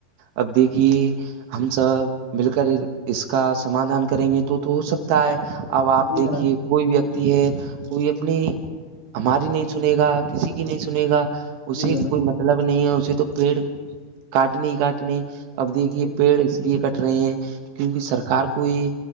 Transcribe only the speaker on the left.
جی
جناب
جی جناب
جی